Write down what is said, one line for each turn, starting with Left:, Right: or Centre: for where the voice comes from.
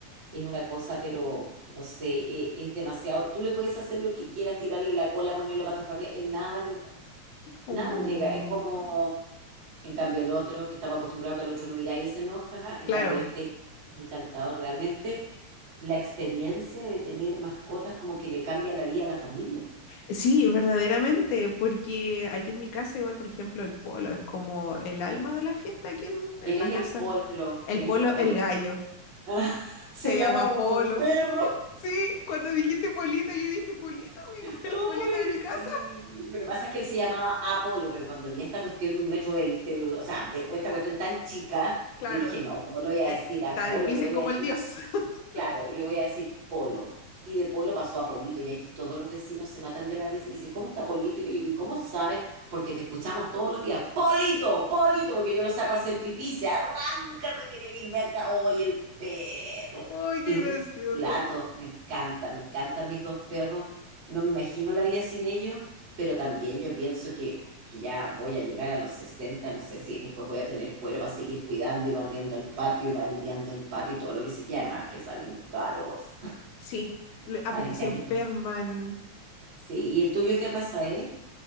Right: es una cosa, pero no sé, eh, es demasiado. Tú le puedes hacer lo que quieras, tirarle la cola, ponerlo patas para arriba, él nada le da,
Left: Mm,
Right: nada le da. Es como, en cambio, el otro, que estamos acostumbrados a que el otro lo mira y se enoja, en
Left: claro,
Right: cambio, este es encantador. Realmente, la experiencia de tener mascotas como que le cambia la vida a la familia.
Left: Sí, verdaderamente, porque aquí en mi casa igual, por ejemplo, el polo es como el alma de la fiesta aquí en, en
Right: ¿Quién
Left: la
Right: es
Left: casa.
Right: el polo?
Left: El
Right: ¿Quién
Left: polo,
Right: es el polo?
Left: el gallo,
Right: Ah, <laughs>
Left: se
Right: se llama
Left: llama
Right: como
Left: polo.
Right: mi perro.
Left: Sí, cuando dijiste polito, yo dije polito, mi-
Right: Uy,
Left: <laughs> el polito de mi casa.
Right: sí. Lo que pasa es que él se llamaba Apolo, pero cuando vi esta cuestión de un metro veinte, o sea, de esta cuestión tan chica,
Left: Claro,
Right: yo dije,
Left: es-
Right: no, ¿cómo le voy a
Left: está
Right: decir Apolo?
Left: difícil
Right: Le voy
Left: como
Right: a decir
Left: el dios. <laughs>
Right: Claro, le voy a decir Polo. Y de Polo pasó a Polito. Y aquí todos los vecinos se matan de la risa y me dicen, ¿cómo está Polito? Y yo le digo, ¿y cómo sabes? Porque te escuchamos todos los días, Polito, Polito, porque yo lo saco a hacer pipí, se arranca, se quiere ir de acá. ¡Oye, el perro!
Left: Ay, qué
Right: Es un
Left: gracioso.
Right: plato, me encanta, me encantan mis dos perros. No me imagino la vida sin ellos pero también yo pienso que, que ya voy a llegar a los sesenta no sé si después voy a tener cuerpo a seguir cuidando y barriendo el patio y baldeando el patio y todo lo que sí. Y además que salen caros,
Left: Sí,
Right: <laughs>
Left: le- aparte
Right: salen
Left: se
Right: caritos.
Left: enferman.
Right: Sí, ¿y el tuyo qué raza es?